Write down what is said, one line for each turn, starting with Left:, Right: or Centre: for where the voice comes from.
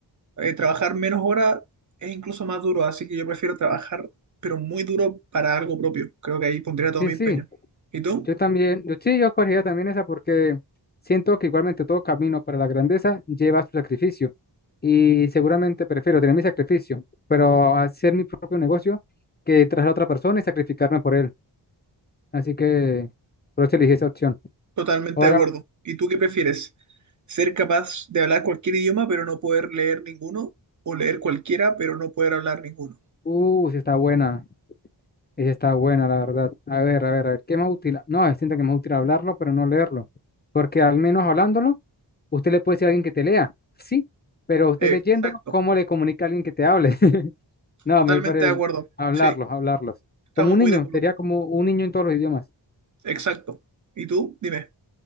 Right: eh, trabajar menos horas es incluso más duro. Así que yo prefiero trabajar, pero muy duro para algo propio. Creo que ahí pondría todo
Left: Sí,
Right: mi
Left: sí.
Right: empeño. ¿Y tú?
Left: Yo también, yo sí, yo escogería también esa porque siento que igualmente todo camino para la grandeza lleva su sacrificio y seguramente prefiero tener mi sacrificio, pero hacer mi propio negocio que traer a otra persona y sacrificarme por él. Así que por eso elegí esa opción.
Right: Totalmente
Left: Ahora,
Right: de acuerdo. ¿Y tú qué prefieres? ¿Ser capaz de hablar cualquier idioma, pero no poder leer ninguno? ¿O leer cualquiera, pero no poder hablar ninguno?
Left: uh, sí está buena, esa está buena, la verdad. A ver, a ver, a ver, ¿qué más útil? No, siento que es más útil hablarlo, pero no leerlo, porque al menos hablándolo, usted le puede decir a alguien que te lea, sí, pero usted
Right: Exacto.
Left: leyéndolo, ¿cómo le comunica a alguien que te hable? <laughs> No,
Right: Totalmente
Left: me parece
Right: de acuerdo.
Left: hablarlos,
Right: Sí,
Left: hablarlos.
Right: estamos
Left: Como un
Right: muy
Left: niño,
Right: de acuerdo.
Left: sería como un niño en todos los idiomas.
Right: Exacto. ¿Y tú? Dime.